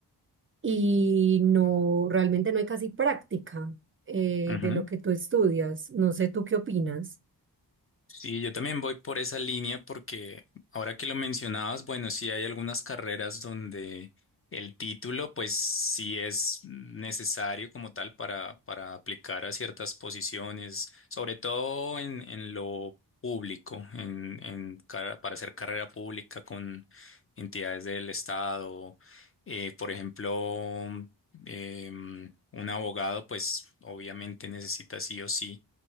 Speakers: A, on the right; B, on the left.
A: y no, realmente no hay casi práctica eh,
B: ujú.
A: de lo que tú estudias. No sé, ¿tú qué opinas?
B: Sí, yo también voy por esa línea porque ahora que lo mencionabas, bueno, sí hay algunas carreras donde el título pues sí es necesario como tal para, para aplicar a ciertas posiciones, sobre todo en, en lo público, en, en car- para hacer carrera pública con entidades del Estado, eh, por ejemplo, em, un abogado pues obviamente necesita sí o sí